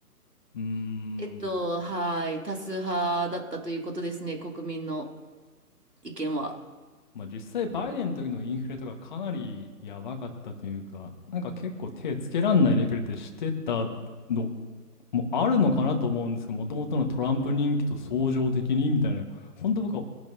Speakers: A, on the left; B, on the right.
A: うーん
B: えっと、はーい。多数派だったということですね。国民の意見は。
A: まあ実際バイデンの時のインフレとかかなりやばかったというか、なんか結構手つけらんないレベルでしてたのもあるのかなと思うんですけど、もともとのトランプ人気と相乗的にみたいな、本当僕は